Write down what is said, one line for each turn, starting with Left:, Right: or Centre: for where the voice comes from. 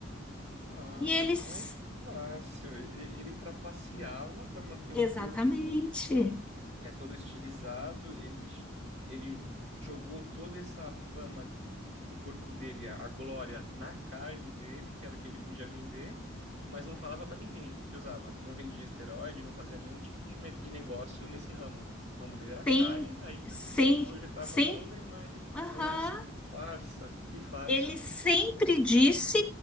Right: Ah,
Centre: E eles,
Right: então aí fica fácil. E- e- Ele trapaceava pra manter
Centre: exatamente,
Right: um corpo é todo estilizado, ele, j- ele jogou toda essa fama que- do corpo dele, a a glória, na carne dele, que era o que ele podia vender, mas não falava pra ninguém que usava. Não vendia esteroide, não fazia nenhum tipo de, me- de negócio nesse ramo. O ramo dele era
Centre: sem,
Right: carne, aí
Centre: sem,
Right: projetava
Centre: sem
Right: toda a imagem.
Centre: Aham.
Right: Nossa, que farsa, que farsa.
Centre: Ele sempre disse